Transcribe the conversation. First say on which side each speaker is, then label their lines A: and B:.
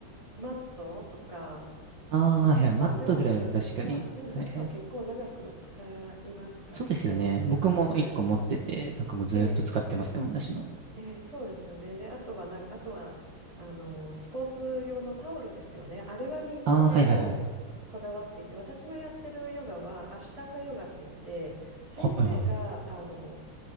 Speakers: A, on the right (about 15°); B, on the right (about 65°).
A: マットとか、
B: ああ、はいはい。
A: まあでも、
B: マットぐらいは確かに。
A: まあ、でもマットは結構長く使いますからね。
B: はいはい。そうですよね。僕も一個持ってて、
A: はい。
B: なんかもうずーっと使ってますね、
A: ええ、
B: 同じの。
A: ええ、そうですよね。で、あとはな、あとは、あのスポーツ用のタオルですよね。あれはみんな結構こだわっていて、
B: ああ、はいはいはい。
A: 私のやってるヨガはアシュタンガヨガって言って、先生が、
B: はいはいはい。
A: あの